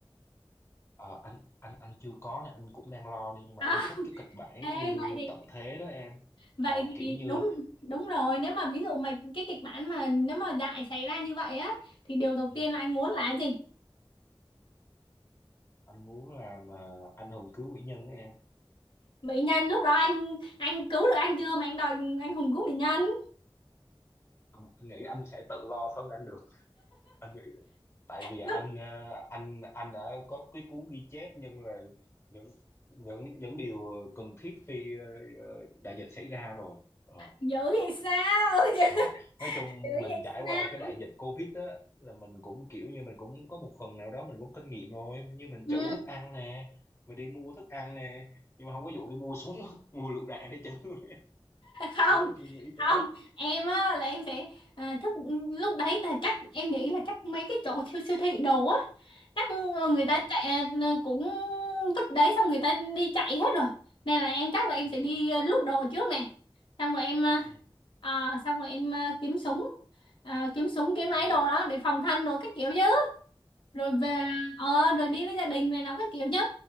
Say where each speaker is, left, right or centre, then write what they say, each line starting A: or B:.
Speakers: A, on the left; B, on the left.
A: ờ anh anh anh chưa có nè anh cũng đang lo nè nhưng mà
B: à
A: anh thích cái kịch bản
B: ê,
A: như
B: vậy thì
A: tận thế đó em
B: vậy
A: ờ kiểu
B: thì
A: như
B: đúng đúng rồi nếu mà ví dụ mà cái kịch bản mà nếu mà dại xảy ra như vậy á thì điều đầu
A: ừ,
B: tiên là anh muốn là cái gì
A: anh muốn làm mà anh hùng cứu mỹ nhân đó em
B: mỹ nhân lúc đó anh anh cứu được anh chưa mà anh đòi anh hùng cứu mỹ nhân
A: anh nghĩ anh sẽ tự lo thôi anh được anh nghĩ tại vì anh
B: lúc
A: ờ, anh anh đã có cái cuốn ghi chép nhưng là những những những điều cần thiết khi ờ, ờ, đại dịch xảy ra rồi ờ
B: dữ vậy sao <laughs>
A: ờ nói chung
B: dữ
A: mình
B: vậy
A: trải
B: sao
A: qua cái đại dịch Covid á là mình cũng kiểu như mình cũng có một phần nào đó mình cũng kinh nghiệm rồi như mình
B: ừ
A: trữ thức ăn nè mình đi mua thức ăn nè nhưng mà không có vụ đi mua súng <laughs> mua lựu đạn để trữ <laughs>
B: không
A: cái đó chưa nghĩ tới
B: không em á là em sẽ à, thức lúc đấy là chắc em nghĩ là chắc mấy cái chỗ siêu siêu thị đồ á chắc ờ, người
A: ờ
B: ta chạy à, cũng vứt đấy xong người ta đi chạy hết rồi nên là em chắc là em
A: ừ
B: sẽ đi à, lút đồ trước nè xong rồi em à,
A: ừ
B: à, xong rồi em à, kiếm súng à, kiếm súng kiếm ấy
A: ừ
B: đồ đó để phòng thân đồ các kiểu chứ rồi về
A: ờ
B: ờ rồi đi với gia đình này nó các kiểu chứ